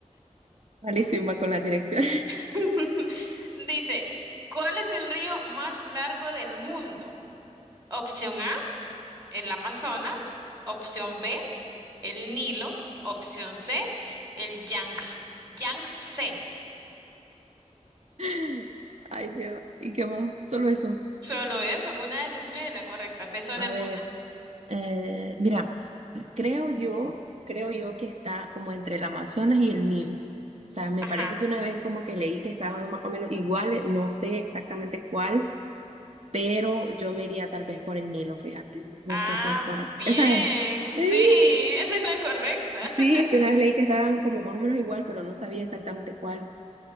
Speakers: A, on the right (about 60°); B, on the right (about 30°).
A: Malísima con la dirección.
B: <laughs> Dice, ¿cuál es el río más largo del mundo? Opción A, el Amazonas. Opción B, el Nilo. Opción C, el Yangs- Yangtze.
A: <laughs> Ay, Dios. ¿Y qué más? Solo eso.
B: Solo eso, una de esas tres es la correcta. ¿Te suena
A: A
B: alguna?
A: ver, eh, mira, creo yo, creo yo que está como entre el Amazonas y el Nilo. O sea, me
B: Ajá.
A: parece que una vez como que leí que estaban más o menos iguales, no sé exactamente cuál, pero yo me iría tal vez por el Nilo, fíjate. No
B: Ah,
A: sé si es correcto.
B: bien.
A: Esa es. ¡Ey!
B: Sí, esa es la correcta.
A: Sí,
B: <laughs>
A: es que una vez leí que estaban como más o menos igual, pero no sabía exactamente cuál.